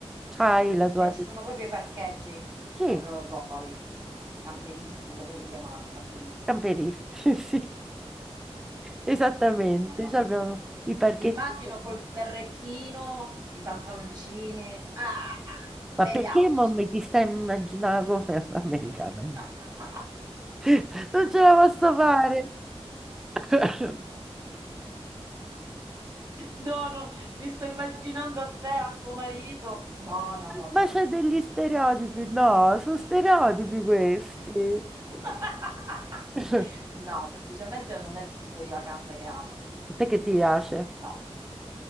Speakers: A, in the centre; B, on the right.
A: c'hai la tua...
B: Cioè ci sono proprio i parcheggi
A: Sì,
B: per voi, camperisti, come vi chiamate, camperisti?
A: camperisti, <laughs> sì, esattamente,
B: No,
A: cioè
B: vabbè.
A: abbiamo i parcheggi
B: Ti immagino
A: per...
B: col berrettino, i pantaloncini. Ah, beviamoci
A: Ma perché mo
B: sto.
A: mi ti stai immaginando come americana?
B: <laughs>
A: <laughs> Non ce la posso fare! <laughs>
B: No, no, mi sto immaginando a te, a tuo marito. No, no,
A: Ma
B: vabbè.
A: c'è degli stereotipi? No, sono stereotipi questi.
B: <laughs>
A: <laughs> A
B: No, semplicemente non è il tipo di vacanza che amo.
A: te che ti piace?
B: No.